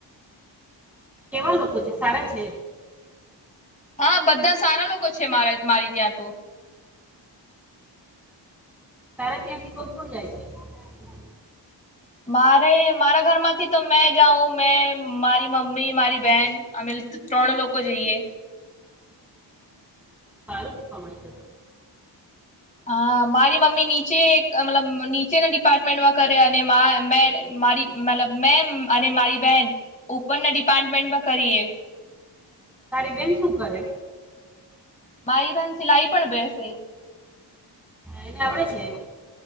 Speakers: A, in the centre; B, on the left.
A: કેવા લોકો છે, સારા છે?
B: હા બધા સારા લોકો છે માર મારી ત્યાં તો.
A: તારા ત્યાંથી કોણ કોણ જાય છે?
B: મારે મારા ઘરમાંથી તો મેં જાઉં મે મારી મમ્મી મારી બેહેન અમે ત્રણ લોકો જઈએ.
A: સારું તું કમાય છે તો.
B: હા મારી મમ્મી નીચે અ મતલબ નીચેના ડિપાર્ટમેન્ટમાં કરે અને મા મે મારી મતલબ મે અને મારી બેહેન ઉપરના ડિપાર્ટમેન્ટમાં કરીએ.
A: તારી બેન શું કરે?
B: મારી બેન સિલાઈ પર બેસે.
A: એને અવડે છે?